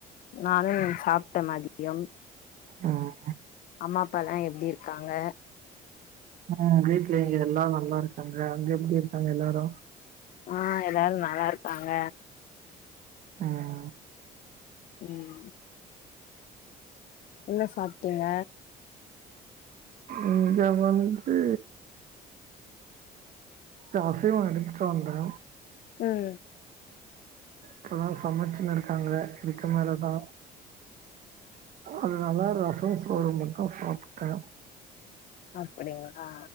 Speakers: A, on the left; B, on the right.
A: நானு சாப்டே மதியம்
B: ம்
A: அம்மா அப்பல்லா எப்டி இருக்காங்க
B: ம் வீட்ல இங்கே எல்லா நல்லா இருக்காங்க அங்க எப்டி இருக்காங்க எல்லாரு
A: ஆ எல்லாரு நல்லா இருக்காங்க
B: ம்
A: உம் என்ன சாப்டீங்க
B: இங்க வந்து காஃபியு எடுத்துட்டு வந்தே
A: ம்
B: இப்பதா சமச்சுன்னு இருக்காங்க இதுக்கு மேலதா அதுனால ரசம் சோறு மட்டு சாப்டே
A: அப்புடிங்ளா